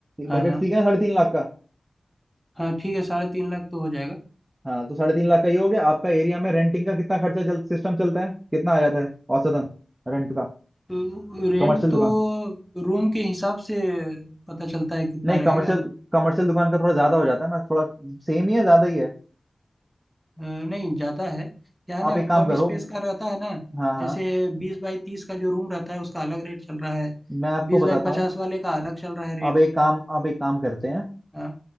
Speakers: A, in the centre; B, on the right.
A: हाँ
B: बजट
A: हाँ
B: ठीक है ना साढ़े तीन लाख का
A: हाँ ठीक है साढ़े तीन लाख तो हो जाएगा
B: हाँ तो साढ़े तीन लाख का ये हो गया आपका एरिया में रेंटिंग का कितना खर्चा चल सिस्टम चलता है कितना आ जाता है औसतन रेंट का
A: तो रेंट
B: कमर्शियल
A: तो
B: दुकान
A: रूम के हिसाब से पता चलता है कितना
B: नहीं कमर्शियल
A: रहेगा
B: कमर्शियल दुकान का थोड़ा ज्यादा हो जाता है ना थोड़ा सेम ही है ज्यादा ही है
A: अ, नहीं ज़्यादा है क्या है
B: आप
A: ना
B: एक काम
A: कम
B: करो
A: स्पेस का रहता है ना
B: हाँ हाँ
A: जैसे बीस बाई तीस का जो रूम रहता है उसका अलग रेट चल रहा है
B: मैं आपको
A: बीस
B: बताता
A: बाई पचास
B: हूँ
A: वाले का अलग चल रहा है रेट
B: अब एक काम आप एक काम करते हैं
A: हाँ